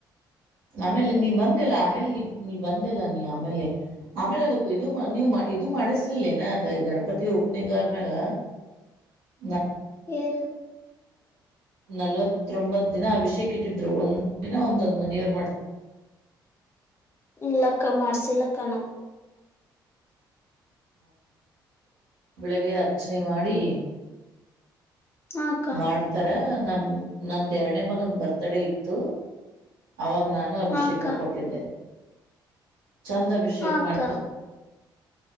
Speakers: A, on the right; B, on the left.
A: ಆಮೇಲೆ ನೀ ಬಂದೆಲ್ಲ ಆಮೇಲೆ ನೀ ಬಂದೆಲ್ಲ ನೀ ಆಮೇಲೆ ಆಮೇಲೆ ಅದು ಇದು ನೀ ಇದು ಮಾಡಿಸ್ಲಿಲ್ಲನ ಅದ ಗಣಪತಿ ಓಪನಿಂಗ್ ಆದ್ಮ್ಯಾಗ ನ
B: ಏನ್
A: ನಲ್ವತ್ತೊಂಬತ್ತು ದಿನ ಅಭಿಷೇಕ್ ಇಟ್ಟಿದ್ರು ಒಂದ ದಿನ ಒಂದೊಂದು್ ಮನೆಯವರು ಮಾಡ
B: ಇಲ್ಲಕ್ಕ ಮಾಡ್ಸಿಲ್ಲಕ್ಕಾನ
A: ಬೆಳಿಗ್ಗೆ ಅರ್ಚನೆ ಮಾಡಿ
B: ಹಾ ಅಕ್ಕ
A: ಮಾಡ್ತಾರ ನಮ ನಂದ ಎರಡನೇ ಮಗನ್ ಬರ್ತ್ಡೇ ಇತ್ತು ಅವಾಗ ನಾನು ಅಭಿಷೇಕ
B: ಹಾ ಅಕ್ಕ
A: ಕೊಟ್ಟಿದ್ದೆ ಚಂದ್ ಅಭಿಷೇಕ್
B: ಹಾ ಅಕ್ಕ
A: ಮಾಡ